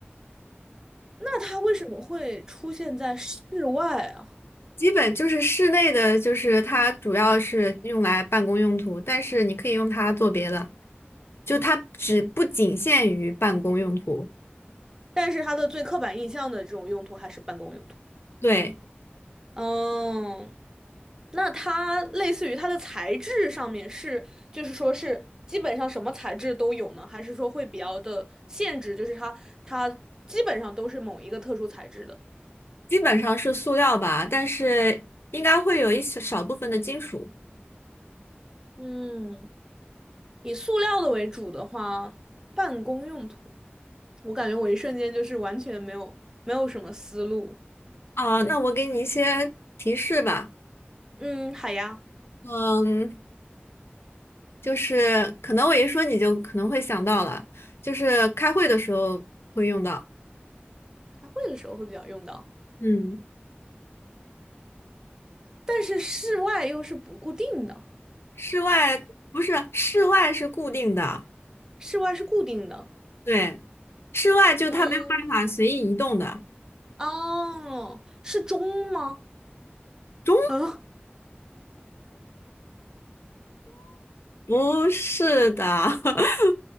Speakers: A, on the right; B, on the left.
A: 那它为什么会出现在室外啊？
B: 基本就是室内的，就是它主要是用来办公用途，但是你可以用它做别的，就它只不仅限于办公用途。
A: 但是它的最刻板印象的这种用途还是办公用途。
B: 对，
A: 嗯，那它类似于它的材质上面是，就是说是基本上什么材质都有呢？还是说会比较的限制，就是它它基本上都是某一个特殊材质的？
B: 基本上是塑料吧，但是应该会有一小少部分的金属。
A: 嗯，以塑料的为主的话，办公用途，我感觉我一瞬间就是完全没有没有什么思路。
B: 啊、那我给你一些提示吧。
A: 嗯，好呀，
B: 嗯，就是可能我一说你就可能会想到了，就是开会的时候会用到。
A: 开会的时候会比较用到，
B: 嗯，
A: 但是室外又是不固定的，
B: 室外不是室外是固定的，
A: 室外是固定的。
B: 对。室外就它没有办法随意移动的。
A: 嗯，哦，是钟吗？
B: 中
A: 啊，
B: 不是的，<laughs>